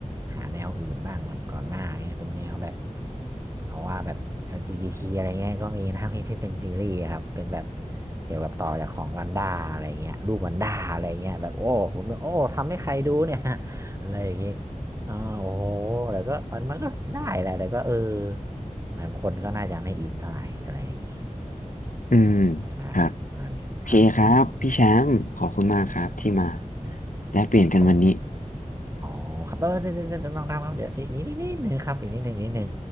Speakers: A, on the right (about 20°); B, on the left (about 75°).
A: หาแนวอื่นบ้างแบบก่อนหน้าเงี้ยเป็นแนวแบบเอาว่าแบบ LGBT อลจีบีทีอะไรเงี้ยก็มีนะ <laughs> ที่ที่เป็นซีรีส์ครับเป็นแบบเกี่ยวกับต่อจากของวันด้าอะไรเงี้ยลูกวันด้าอะไรเงี้ยแบบโอ้ผมแบบโอ้ทำให้ใครดูเนี่ย <laughs> อะไรอย่างงี้อ๋อโอ้โหแต่ก็มันมันก็ได้แหละแต่ก็เออเหมือนคนก็น่าจะไม่อินเท่าไหร่อะไรอย่างงี้
B: อืม
A: ใช่ประมาณนี้ครับ
B: ครับโอเคครับพี่แชมป์ขอบคุณมากครับที่มา
A: อืม
B: แลกเปลี่ยนกันวันนี้
A: โอ้ อ๋อครับเออเนี่ยเนี่ยน้องน้ำครับเดี๋ยวนี่นี่นี่นิดนึงครับอีกนิดนึงนิดนึง